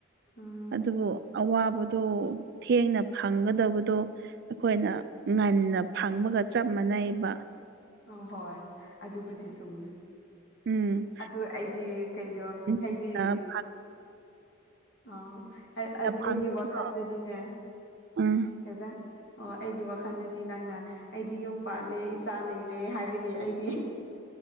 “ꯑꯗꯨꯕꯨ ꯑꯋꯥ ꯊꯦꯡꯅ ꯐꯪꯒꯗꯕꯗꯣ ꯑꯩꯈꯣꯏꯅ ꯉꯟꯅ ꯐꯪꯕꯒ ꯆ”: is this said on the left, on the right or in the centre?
Right